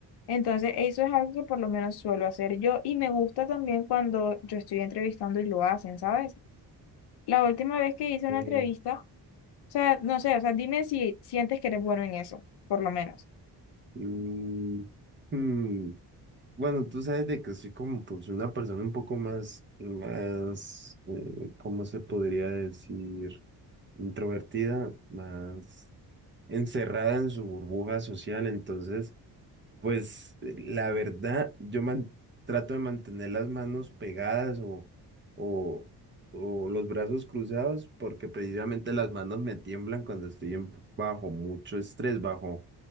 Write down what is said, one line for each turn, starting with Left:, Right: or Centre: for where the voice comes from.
Left: Entonces, eso es algo que por lo menos suelo hacer yo y me gusta también cuando yo estoy entrevistando y lo hacen, ¿sabes? La última vez que hice
Right: Eh,
Left: una entrevista, o sea, no sé, o sea, dime si sientes que eres bueno en eso, por lo menos.
Right: mm, hmm, Bueno, tú sabes de que soy como pues una persona un poco más, más, eh, ¿cómo se podría decir? Introvertida, más encerrada en su burbuja social, entonces... Pues eh, la verdad, yo man- trato de mantener las manos pegadas o, o, o los brazos cruzados porque precisamente las manos me tiemblan cuando estoy en- bajo mucho estrés, bajo